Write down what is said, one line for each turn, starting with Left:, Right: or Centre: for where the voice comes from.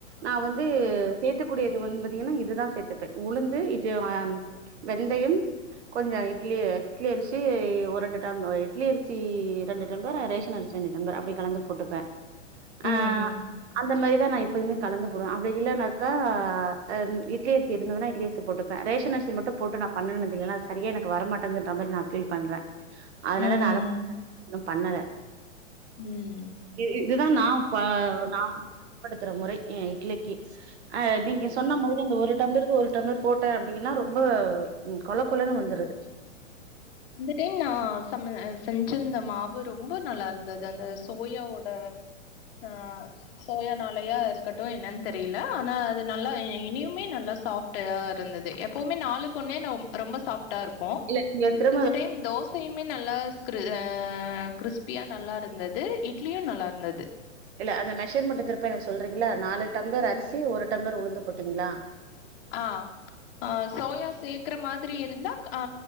Right: நா வந்து
Left: ம்.
Right: சேத்துக்குடிய இது வந்து பாத்தீங்ன்னா இதுதா சேத்துப்பே உளுந்து இது ஆ வெந்தயம் கொஞ்சோ இட்லி இட்லி அரிசி ஒரு ரெண்டு டம் இட்லி அரிசி ரெண்டு டம்ளர் ரேஷ ன் அரிசி அப்டி கலந்து போட்டுப்பே ஆ
Left: ம்.
Right: அந்த மாறிதா நா எப்பயுமே கலந்து போடுவே அப்டி இல்லனாக்கா ஆ இட்லி அரி சி இருந்ததுனா இட்லி அரிசி போட்டுப்பே ரேஷன் அரிசி மட்டு போட்டு நா பண்ணுனது இல்ல ஏன்னா சரியா எனக்கு வர மாட்டேங்குதுன்ற மாறி நா பீல் பண்றே அதனால
Left: ம்.
Right: நா அத மட்டு கண்டினியூ இன்னு பண்ணல
Left: ம்
Right: இ இதுதா நா ப நா பயன்படுத்துற முறை எ இட்லிக்கி அ நீங்க
Left: ஓ
Right: சொன்ன மாதிரி அந்த ஒரு டம்ளருக்கு ஒரு டம்ளர் போட்டே அப்டின்னா ரொம்ப கொழ கொழனு வந்துருது
Left: இந்த டைம் நா சம்ம செஞ்சிருந்த மாவு ரொம்ப நல்லா இருந்தது அந்த சோயாவோட ஆ சோயானா லயா இருக்கட்டு என்னன் தெரில ஆனா அது நல்லா இனுமே நல்லா சாஃப்டா இருந்தது எப் போமே நாளுக்கு ஒன்னே நொம் ரொம்ப சாஃப்டா இருக்கு
Right: இல்ல நீ எக்குற
Left: இந்த டைம் தோச் சயுமே நல்லா ஸ்க்ரு ஆ க்ரிஸ்பியா நல்லா இருந்தது இட்லியு நல்லா இருந்தது
Right: இல்ல அந்த மெஷர்மெண்ட்டே திருப்ப எனக்கு சொல்றீங்ளா நாலு டம்ளர் அரிசி ஒரு டம்ர் உளுந்து போட்டீங்ளா
Left: ஆ அ சோயா சேக் ற மாதிரி இருந்தா ஆ